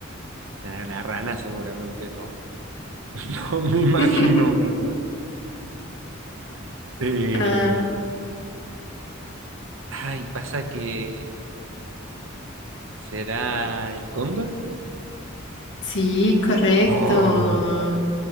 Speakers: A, on the right; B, on the left.
A: Bueno, La rana seguramente no. <laughs> No me imagino
B: <laughs>
A: una rana. Eh,
B: Ah,
A: ay, pasa que será el cóndor.
B: sí, correcto.
A: Oh,